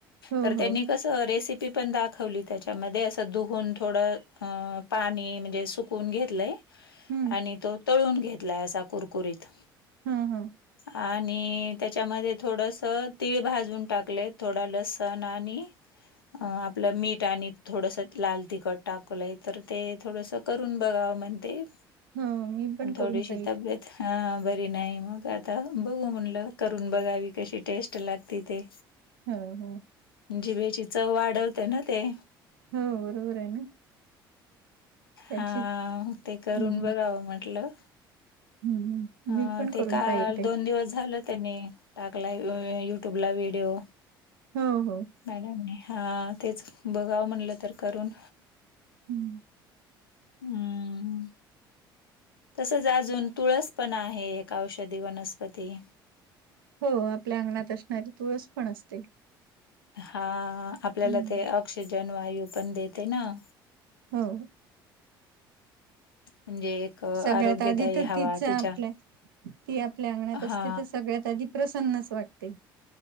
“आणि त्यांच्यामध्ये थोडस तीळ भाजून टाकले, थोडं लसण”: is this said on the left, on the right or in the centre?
Left